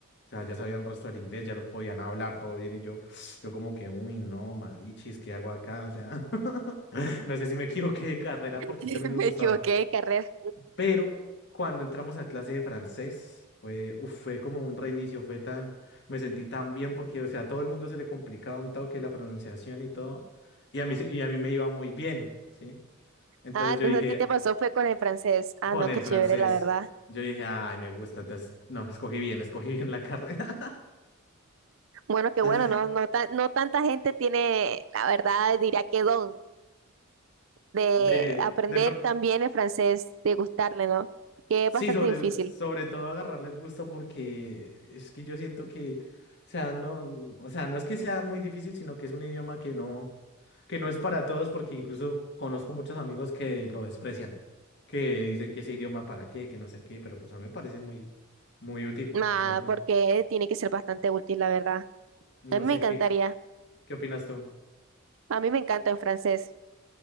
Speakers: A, on the left (about 55°); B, on the right (about 65°).
A: o sea, ya sabían el resto del inglés, ya lo podían hablar todo bien y yo, <sniffs> yo como que, uy, no, marichis, ¿qué hago acá? O sea, <laughs> no sé si me equivoqué de carrera
B: <laughs>
A: porque es que a mí me
B: Me
A: gustaba.
B: equivoqué de carrera.
A: Pero cuando entramos a clase de francés, fue, uf, fue como un reinicio, fue tan, me sentí tan bien porque, o sea, a todo el mundo se le complicaba un toque la pronunciación y todo, y a mí, se- y a mí me iba muy bien, ¿sí? Entonces
B: Ah, entonces
A: yo dije,
B: a ti te pasó fue con el francés. Ah,
A: con
B: no,
A: el
B: qué chévere,
A: francés,
B: la verdad.
A: yo dije, ay, me gusta, entonces, no, escogí bien, escogí bien la carrera.
B: Bueno, qué bueno,
A: <laughs>
B: no, no, tan- no tanta gente tiene, la verdad, diría que don de
A: De,
B: aprender
A: del, fr-
B: también el francés, de gustarle, ¿no? Que es
A: Sí,
B: bastante
A: sobre,
B: difícil.
A: sobre todo agarrarle el gusto porque es que yo siento que, o sea, no, o sea, no es que sea muy difícil, sino que es un idioma que no, que no es para todos, porque incluso conozco muchos amigos que lo desprecian, que dicen que ese idioma para qué, que no sé qué, pero pues a mí me parece muy, muy útil,
B: Ah,
A: o sea, no,
B: porque tiene que ser bastante útil, la verdad.
A: no
B: A mí
A: sé
B: me encantaría.
A: qué, qué opinas tú.
B: A mí me encanta el francés,